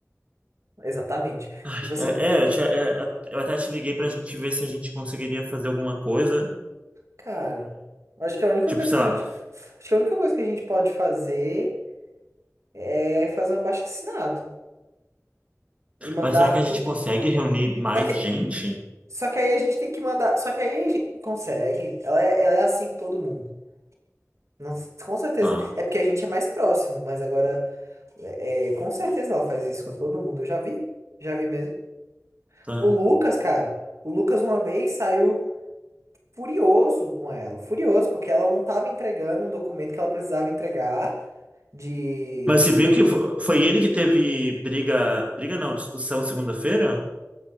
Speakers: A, on the right; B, on the right.
A: exatamente.
B: Ai,
A: Tipo assim,
B: é, é, eu, te- é, é, eu até te liguei pra gente ver se a gente conseguiria fazer alguma coisa.
A: cara, acho que a única
B: Tipo,
A: coisa
B: sei
A: que a
B: lá,
A: gente, acho que a única coisa que a gente pode fazer é fazer um abaixo-assinado e mandar
B: mas será que a
A: pro.
B: gente consegue reunir mais
A: Só que,
B: gente?
A: só que aí a gente tem que mandar, só que aí a gente consegue. Ela é, ela é assim com todo mundo. Não- com certeza.
B: Tá,
A: É porque a gente é mais próximo, mas agora É, com certeza ela faz isso com todo mundo. Eu já vi, já vi mesmo.
B: tá.
A: O Lucas, cara, o Lucas uma vez saiu furioso com ela, furioso porque ela não tava entregando um documento que ela precisava entregar de
B: Mas você viu
A: dele.
B: que fo- foi ele que teve briga, briga não, discussão segunda-feira?